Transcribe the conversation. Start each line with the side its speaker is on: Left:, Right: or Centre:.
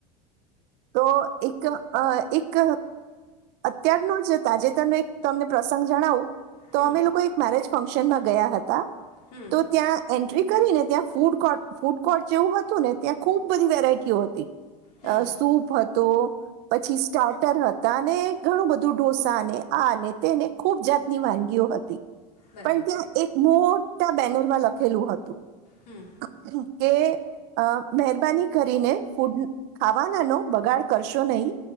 Right: તો એક અ એક અત્યારનું જ તાજેતર ન એક તમને પ્રસંગ જણાવું
Left: હમ
Right: તો અમે લોકો એક મેરેજ ફંક્શનમાં ગયા હતા.
Left: હમ
Right: તો ત્યાં એન્ટ્રી કરીને ત્યાં ફૂડ કોર્ટ, ફૂડ કોર્ટ જેવું હતું ને ત્યાં ખૂબ બધી વેરાયટીઓ હોય. અ
Left: હમ
Right: સૂપ તો પછી સ્ટાર્ટર હતા અને ઘણું બધું ઢોસાને આ અને તેને ખુબ જાતની વાનગીઓ હતી.
Left: બરાબર
Right: પણ ત્યાં એક મોટ તા બેનર માં લખેલું હતું.
Left: હમ
Right: <inaudible> કે આ મહેરબાની કરીને ફૂડ ખાવા નો ને બગાડ કરશો નહીં.